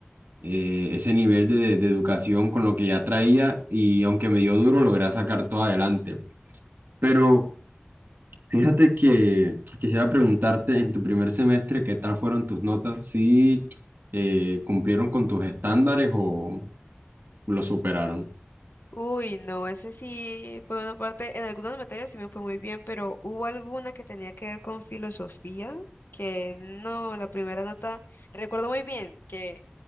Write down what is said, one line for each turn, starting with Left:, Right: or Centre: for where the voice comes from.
Right: eh, ese nivel de, de educación con lo que ya traía y aunque me dio duro, logré sacar todo adelante. Pero fíjate que quisiera preguntarte en tu primer semestre, ¿qué tal fueron tus notas? ¿Si eh, cumplieron con tus estándares o lo superaron?
Left: Uy, no, ese sí fue una parte, en algunas materias sí me fue muy bien, pero hubo alguna que tenía que ver con filosofía, que no, la primera nota, recuerdo muy bien que